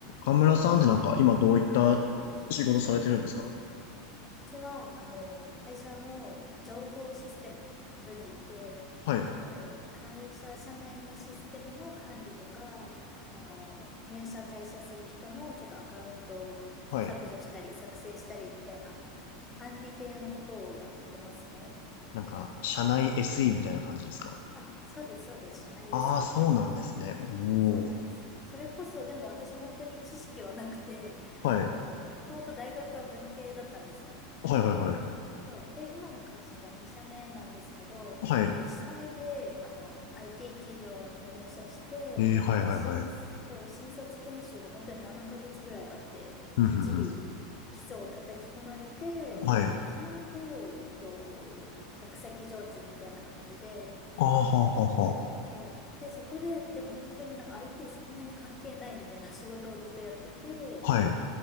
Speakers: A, on the left; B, on the left.
A: 岡村さんってなんか今どういった仕事されてるんですか
B: うちは、あの、会社の情報システム部にいて、
A: はい、
B: なので、会社社内のシステムの管理とか、あの、入社退社する人のちょっとアカウントを削除したり、
A: はい。
B: 作成したりみたいな管理系のことをやってますね。
A: なんか、社内 SE みたいな感じですか
B: あ、そうです、そうです。社内
A: ああー、
B: s e
A: そうなんですね。
B: みたいな感じ。
A: おお。
B: そうなんです。それこそ、でも私本当に知識はなくて、
A: はい。
B: あの、もともと大学は文系だったんですよ。
A: はいはいはい。
B: そう。で、今の会社が2社目なんですけど、
A: はい。
B: 1社目で、あの、IT 企業に入社して、
A: えー、はいはいはい。
B: 新、そう、新卒研修が本当に7ヶ月ぐらいあって、
A: うんうんう
B: みっちり基礎を叩き込まれて、
A: ん。はい。
B: その後、えっと、客先常駐みたいな感じで、
A: ああ、はあはあは
B: そう。で、そこで、でも本当になんか IT そんなに関係ないみたいな仕事をずっとやってて、
A: あ。はい。